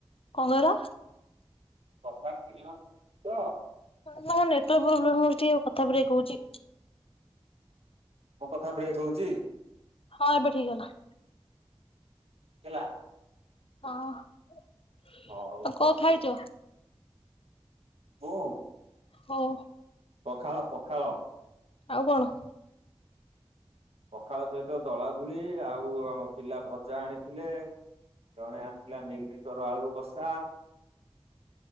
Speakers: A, on the left (about 65°); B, on the right (about 75°).
A: କଁ କହିଲ?
B: କଥା କିଣ <unintelligible> ତ?
A: ତମ ନେଟ୍ୱର୍କ ପ୍ରୋବ୍ଲେମ୍ ହଉଚି ଟିକେ କଥା ବ୍ରେକ୍ ହଉଚି।
B: ମୋ କଥା ବ୍ରେକ୍ ହଉଚି?
A: ହଁ ଏବେ ଠିକ୍ ହେଲା।
B: ହେଲା?
A: ହଁ,
B: ହଉ
A: କ
B: ଠିକ୍
A: ଖାଇଚ?
B: ଅଛି ମୁଁ?
A: ହଉ।
B: ପଖାଳ ପଖାଳ।
A: ଆଉ କଣ?
B: ପଖାଳ ସହିତ ଦଳା ଦୁଳି ଆଉ ଆମ ପିଲା ଭଜା ଆଣିଥିଲେ। ଜଣେ ଆଣିଥିଲା ମିଲ୍ ମିରମିକର ଆଳୁ କଷା